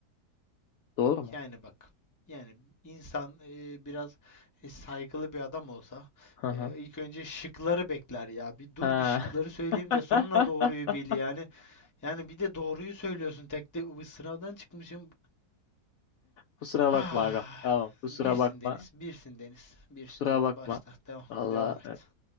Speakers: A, on the left (about 70°); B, on the left (about 15°).
A: Doğru mu?
B: Yani bak. Yani insan e, biraz e, saygılı bir adam olsa
A: Hı hı.
B: e, ilk önce şıkları bekler ya. Bir
A: Ha.
B: dur bir şıkları söyleyeyim
A: <laughs>
B: de sonra doğruyu bil yani. Yani bir de doğruyu söylüyorsun tek de "Uy, sınavdan çıkmışım.
A: Kusura
B: <sighs>
A: bakma agam. Tamam. Kusura
B: Birsin
A: bakma.
B: Deniz, birsin Deniz, birsin
A: Kusura
B: Deniz.
A: bakma.
B: Başla, devam,
A: Valla
B: devam et.